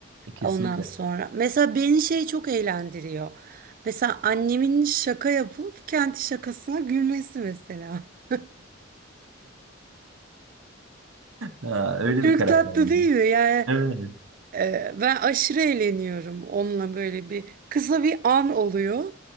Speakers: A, on the right; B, on the right.
A: E, kesinlikle.
B: Ondan sonra mesela beni şey çok eğlendiriyor. Mesela annemin şaka yapıp kendi şakasına gülmesi mesela. <laughs>
A: Ha, öyle
B: Çok
A: bir karakter.
B: tatlı değil mi? Yani
A: Evet.
B: Ee, ben aşırı eğleniyorum onunla böyle bir kısa bir an oluyor.